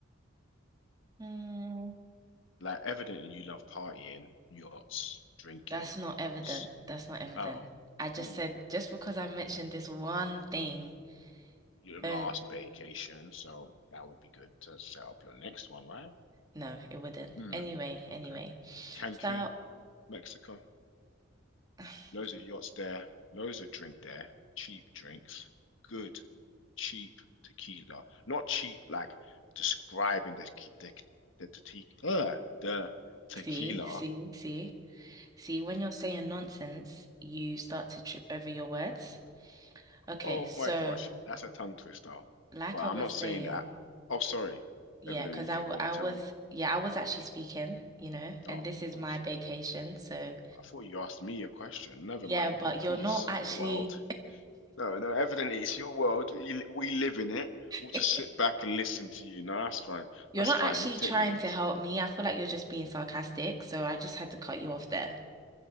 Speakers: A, on the right; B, on the left.
A: Hmm.
B: Like, evidently, you love partying, yachts, drinking.
A: That's not evident.
B: S-
A: That's not evident.
B: Oh,
A: I just
B: ooh,
A: said just because I mentioned this one thing,
B: your
A: don't,
B: last vacation, so that would be good to set up your next one, right?
A: no, it wouldn't.
B: Hmm.
A: Anyway, anyway.
B: Okay. Cancun,
A: So,
B: Mexico.
A: <sighs>
B: Loads of yachts there, loads of drink there, cheap drinks, good, cheap tequila. Not cheap like describing the the the, the, te uh, the tequila.
A: see, see, see, see, when you're saying nonsense, you start to trip over your words. Okay,
B: Oh
A: so
B: my gosh, that's a tongue twister.
A: like
B: But I'm
A: I was
B: not
A: saying,
B: saying that. Oh, sorry.
A: yeah,
B: Evidently,
A: because
B: you
A: I, w-
B: want
A: I
B: to tell
A: was,
B: me.
A: yeah, I was actually speaking, you know, and
B: Oh,
A: this is
B: oh,
A: my vacation. So,
B: I thought you asked me a question. Never
A: yeah,
B: mind.
A: but
B: No, Please,
A: you're not actually.
B: your world. No, no, evidently it's your world. We we live in it.
A: <laughs>
B: We'll just sit back and listen to you. No, that's fine.
A: You're
B: That's
A: not
B: fine.
A: actually
B: You take
A: trying
B: the lead.
A: to help me. I feel like you're just being sarcastic, so I just had to cut you off there.